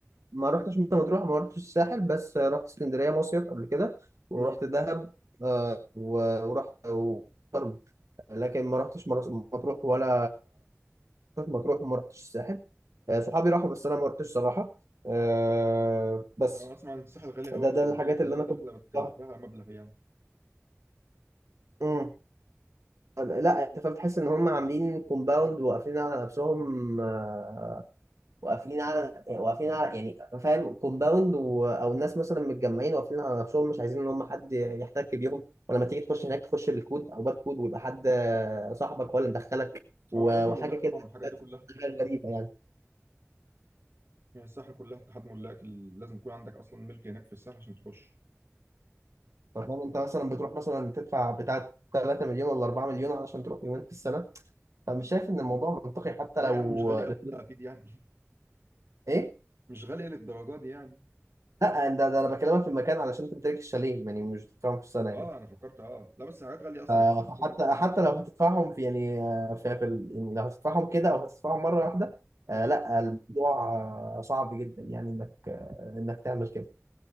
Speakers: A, on the right; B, on the right.
A: ما رحتش مرسى مطروح ما رحتش الساحل بس رحت اسكندريه مصيف قبل كده ورحت
B: امم
A: دهب آه، و- ورحت وشرم لكن ما رحتش مرسى مطروح ولا رحت مطروح وما رحتش الساحل آه، صحابي راحوا بس انا ما رحتش صراحه آه، بس
B: انا اسمع ان الساحل غالي
A: ده
B: قوي
A: ده
B: اصلا
A: الحاجات
B: بيقول لك الليله
A: اللي انا
B: داخله
A: كنت
B: بتكلف
A: بروحها.
B: لها مبلغ يعني
A: مم. لا انت فاهم تحس ان هم عاملين كومباوند وقافلين على نفسهم آه، واقفين على واقفين على يعني فاهم كومباوند و... او الناس مثلا متجمعين واقفين على نفسهم مش عايزين ان هم حد يحتك بيهم ولما تيجي تخش هناك تخش بالكود او باركود ويبقى حد صاحبك هو اللي مدخلك و...
B: اه لازم
A: وحاجه
B: ملاك
A: كده
B: طبعا والحاجات دي كلها
A: حاجة غريبه يعني
B: يعني الساحل كلها اتحاد ملاك ال- لازم يكون عندك اصلا ملك هناك في الساحل عشان تخش
A: فاهم انت مثلا بتروح مثلا تدفع بتاع 3 مليون ولا 4 مليون علشان تروح يومين في السنه فمش شايف ان الموضوع منطقي حتى
B: لا
A: لو
B: يا عم مش غالي
A: رتم-
B: قوي ده اكيد يعني
A: ايه
B: <laughs> مش غالي للدرجه دي يعني
A: لا ده, ده انا بكلمك في المكان علشان تمتلك الشاليه يعني مش بتدفعهم في السنه يعني
B: اه انا فكرت اه لا بس حاجات غاليه اصلا
A: آه، فحتى
B: يعني ممكن-
A: حتى لو هتدفعهم في يعني آه، في, في ال- يعني لو هتدفعهم كده او هتدفعهم مره واحده آه
B: اه
A: لا الموضوع آه صعب جدا يعني انك آه انك تعمل كده